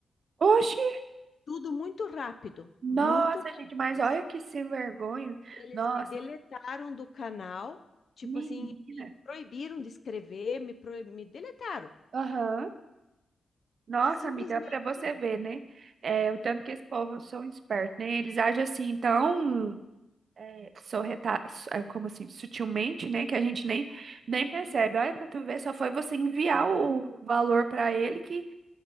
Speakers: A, on the right (about 60°); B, on the left (about 60°).
A: Oxi.
B: Tudo muito rápido,
A: Nossa,
B: muito rápido.
A: gente, mas olha
B: assim.
A: que sem vergonha.
B: Eles
A: Nossa,
B: me deletaram do canal, tipo
A: menino.
B: assim, me proibiram de escrever, me, proib- me deletaram.
A: Aham. Nossa,
B: Simplesmente.
A: amiga, pra você ver, né? É, o tanto que esse povo são espertos, né? Eles agem assim tão é, sorreta, su- é, como assim, sutilmente, né? Que a gente nem, nem percebe.
B: Uhum.
A: Olha pra tu ver, só foi você enviar o valor pra ele que,